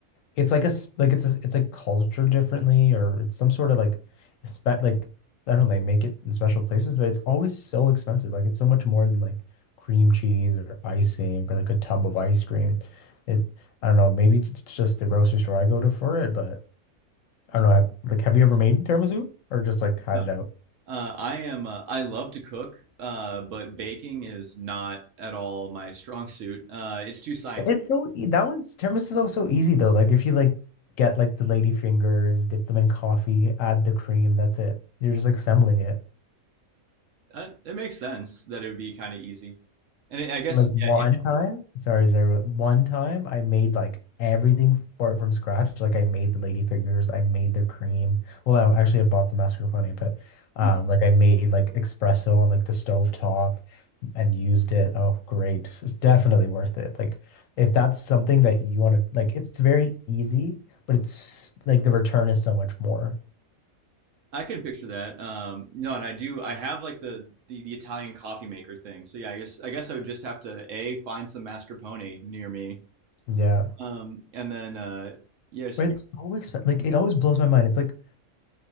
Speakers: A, on the left; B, on the right.
A: It's like a s- like it's a, it's like cultured differently or it's some sort of like spec like I don't know, they make it in special places, but it's always so expensive. Like it's so much more than like cream cheese or icing or like a tub of ice cream. It I don't know, maybe it's just the grocery store I go to for it, but I
B: Mm,
A: don't know. Have- Like have you ever made tiramisu or just like had
B: No.
A: it out?
B: Uh, I am. Uh, I love to cook, uh, but baking is not at all my strong suit. Uh, it's too scientific.
A: It's so e that one's tiramisu is also easy though. Like if you like get like the lady fingers, dip them in coffee, add the cream, that's it. You're just like assembling it.
B: That, it makes sense that it would be kind of easy. And I I guess
A: Like one
B: yeah, if
A: time,
B: you,
A: sorry, Zara, one time I made like everything for it from scratch. Like I made the lady fingers, I made the cream. Well, I actually I bought the mascarpone, but um
B: mm,
A: like I made like espresso on like the stove top. and used it. Oh, great. It's definitely worth it. Like if that's something that you want to like it's very easy, but it's like the return is so much more.
B: I can picture that. Um, no, and I do. I have like the, the the Italian coffee maker thing. So yeah, I guess I guess I would just have to A, find some mascarpone near me.
A: Yeah.
B: Um, and then uh yeah, just,
A: Right. It's so expensive. Like it always blows my mind. It's like